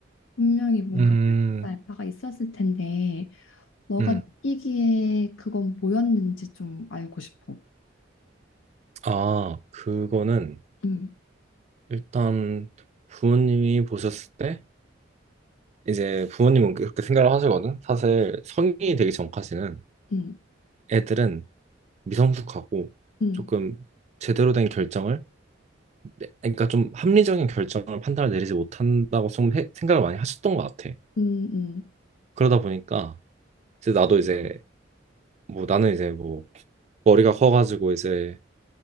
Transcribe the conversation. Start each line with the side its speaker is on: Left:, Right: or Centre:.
Left: 분명히 뭔가
Right: 음,
Left: 플러스 알파가 있었을 텐데, 너가
Right: 음.
Left: 느끼기에 그건 뭐였는지 좀 알고 싶어.
Right: 아, 그거는
Left: 음,
Right: 일단 부모님이 보셨을 때 이제 부모님은 그렇게 생각을 하시거든. 사실 성인이 되기 전까지는
Left: 음,
Right: 애들은 미성숙하고
Left: 음,
Right: 조금 제대로 된 결정을 네, 그러니까 좀 합리적인 결정을 판단을 내리지 못한다고 좀 해- 생각을 많이 하셨던 것 같아.
Left: 음, 음,
Right: 그러다 보니까 이제 나도 이제 뭐 나는 이제 뭐 머리가 커가지고 이제